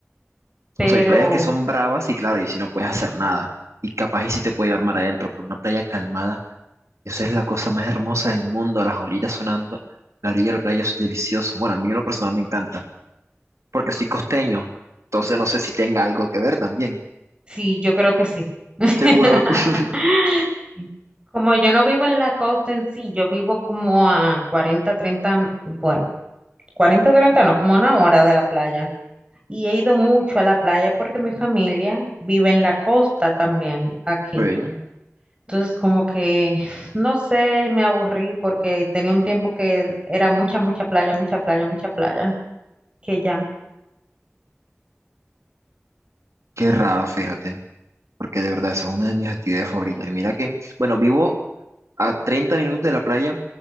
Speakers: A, on the right; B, on the right.
A: Pero
B: O sea, hay playas que son bravas y claro, y si no puedes hacer nada. Y capaz y si te puede llevar mar adentro, pero una playa calmada, eso es la cosa más hermosa del mundo, las olitas sonando, la orilla de la playa eso es delicioso. Bueno, a mí en lo personal me encanta, porque soy costeño, entonces no sé si tenga algo que ver también.
A: sí, yo creo que sí. <laughs>
B: Seguro. <laughs>
A: Como yo no vivo en la costa en sí, yo vivo como a 40 treinta bueno, 40 30 no, como una hora de la playa. Y he ido mucho a la playa porque mi familia vive en la costa también, aquí.
B: Ven,
A: Entonces, como que, no sé, me aburrí porque tenía un tiempo que era mucha, mucha playa, mucha playa, mucha playa, que ya.
B: Qué raro, fíjate. porque de verdad esa es una de mis actividades favoritas. Y mira que, bueno, vivo a 30 minutos de la playa,